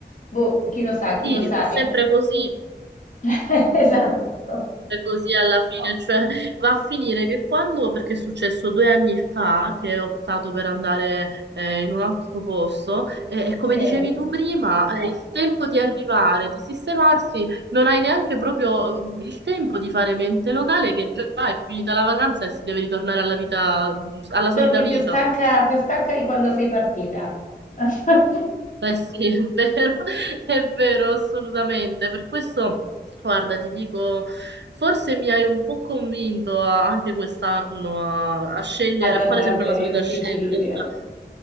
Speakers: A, on the left; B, on the right.
A: Boh, chi lo sa, chi
B: Sì,
A: lo sa.
B: è sempre
A: E-
B: così.
A: <laughs> Esatto.
B: è così alla fine, cioè va a finire che quando, perché è successo due anni fa che ho optato per andare eh, in un altro posto, e, e come
A: Sì.
B: dicevi tu prima, eh, il tempo di arrivare, di sistemarsi, non hai neanche proprio mhmm, il tempo di fare mente locale, che già è finita la vacanza e si deve ritornare alla vita, mhmm, alla solita
A: Torni
B: vita.
A: più stanca, più stanca di quando sei partita <laughs>
B: <laughs> Eh sì, è vero, <laughs> è vero, assolutamente. Per questo, guarda, ti dico, forse mi hai un po' convinto a- anche quest'anno a, a scegliere,
A: ad andartene
B: a fare sempre la solita
A: in Sicilia.
B: scelta.